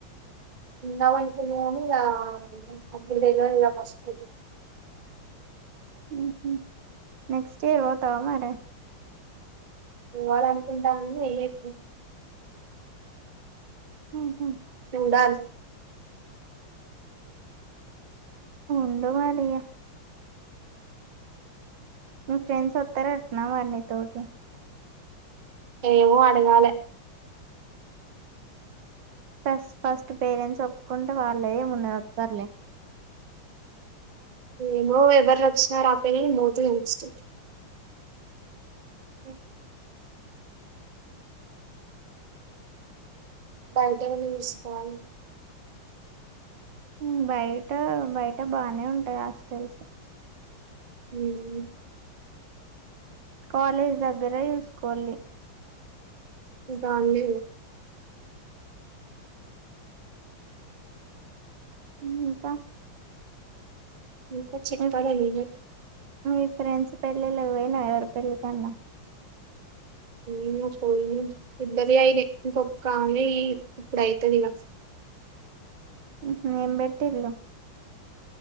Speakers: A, on the right; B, on the right.
A: ఉందాం అనుకున్న ఇంగా అప్పుడు తెల్వద్ గా ఫస్ట్
B: హ్మ్ హూ నెక్స్ట్ ఇయర్ పోతవా మరే
A: పోవాల అనుకుంటానగనీ ఏమైతదో
B: అ హా
A: సూడాల్
B: ఉండుమరిగా మీ ఫ్రెండ్స్ వస్తారు అట్నా మరి నీతోటి
A: ఏవో అడగాలె
B: ఫస్ట్ ఫస్ట్ పేరెంట్స్ ఒప్పుకుంటే వాళ్లేముండరు వత్తారులే.
A: నేమో ఎవరొచ్చిన రాపోయిన నేంబోతే దెలుస్తది.
B: స
A: బయట ఏమన్న చూస్కోవాలి.
B: హ్మ్ బయట బయట బానే ఉంటయ్ హాస్టల్స్.
A: హ్మ్ హూ
B: కాలేజ్ దగ్గర చూసుకోల్లి.
A: గాంధీనగర్
B: హ్మ్ ఇంకా
A: ఇకా చిట్ప్పడ
B: మీ
A: మీరె
B: మీ ఫ్రెండ్స్ పెళ్ళిళ్ళకి పోయినవా ఎవరి పెళ్ళికన్నా
A: ఏమో పోయినం ఇద్దరి అయినయ్ ఇంకొక్కామే ఇప్పుడైతది ఇగ
B: హ్మ్ హూ ఏం బెట్టిల్లు